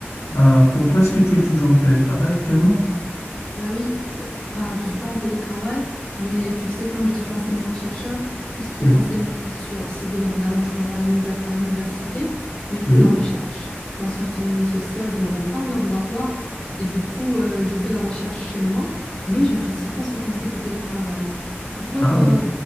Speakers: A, on the left; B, on the left.
A: Euh, pour toi, est-ce que tu es toujours en télétravail actuellement?
B: Bah oui, euh, enfin, je suis pas en télétravail, mais tu sais, comme je suis enseignante-chercheur, tout ce qui
A: Oui.
B: est enseignement sur, c'est bien évidemment, je me rends à l'univers- à l'université, mais pour
A: Oui.
B: la recherche, c'est en sciences humaines et sociales, je me rends pas au laboratoire, et du coup, euh, je fais la recherche chez moi, mais j'apprécie pas ce concept de télétravail. Pourquoi
A: Ah
B: toi,
A: bon.